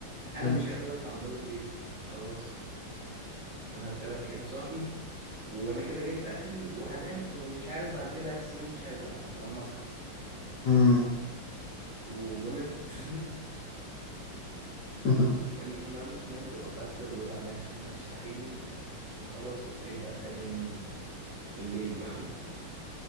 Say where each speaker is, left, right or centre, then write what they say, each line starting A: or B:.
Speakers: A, on the right (about 50°); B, on the left (about 65°).
A: انا
B: مم.
A: مش قادر اطلع من باب البيت انا خلاص انا ثلاث ايام صاحي وانا كده جبت اخري وهنام ومش عارف بعد كده هيحصل ايه ومش عايز اعرف لما اصحى
B: مم.
A: و- ونمت <laughs>
B: <laughs>
A: نم- نمت وقفلت الاوضه علشان محدش يصحيني وخلاص وصحيت بقى تاني يوم بالليل بقى